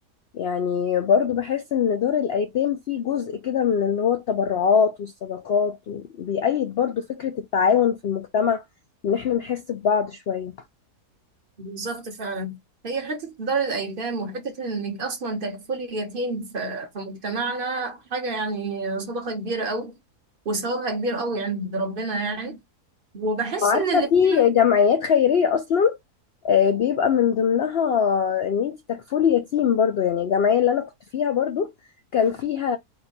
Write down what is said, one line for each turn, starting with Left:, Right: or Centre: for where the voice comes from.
Left: يعني برضو بحس ان دار الايتام فيه جزء كده من اللي هو التبرعات والصدقات وبيأيد برضو فكره التعاون في المجتمع ان احنا نحس ببعض شويه
Right: بالظبط فعلا هي حتة دار الأيتام وحتة إنك أصلا تكفلي يتيم في في مجتمعنا حاجة يعني صدقة كبيرة أوي وثوابها كبير أوي عند ربنا يعني وبحس
Left: وعارفه
Right: إن اللي بتعمل
Left: في جمعيات خيريه اصلا آه، بيبقى من ضمنها ان انت تكفلي يتيم برضو يعني الجمعيه اللي انا كنت فيها برضو كان فيها